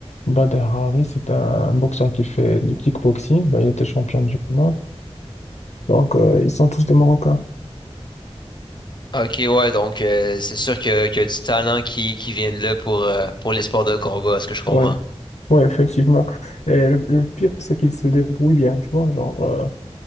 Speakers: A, on the left; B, on the left.
A: Bader Hari, c'est un boxeur qui fait du kickboxing. Ben, il était champion du monde. Donc, euh, ils sont tous des Marocains.
B: Ok, ouais, donc euh, c'est sûr que, qu'il y a du talent qui, qui vient de là pour, euh, pour les sports de combat, à ce que je comprends.
A: Ouais, ouais, effectivement. Et le, le pire, c'est qu'ils se débrouillent bien, tu vois. Genre, euh,